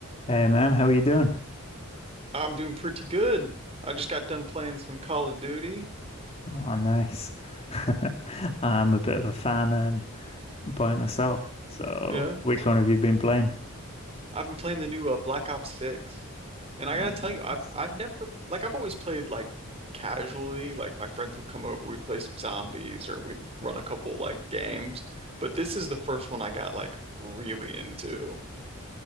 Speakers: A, on the left; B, on the right.
A: Hey man, how are you doing?
B: I'm doing pretty good. I just got done playing some Call of Duty.
A: Oh, nice. <laughs> I'm a bit of a fan and by myself. So,
B: Yeah.
A: which one have you been playing?
B: I've been playing the new uh, Black Ops 6. And
A: Oh,
B: I gotta tell you,
A: nice.
B: I've I've never like I've always played like casually, like my friends would come over, we'd play some zombies or we'd run a couple like games. But this is the first one I got like really into.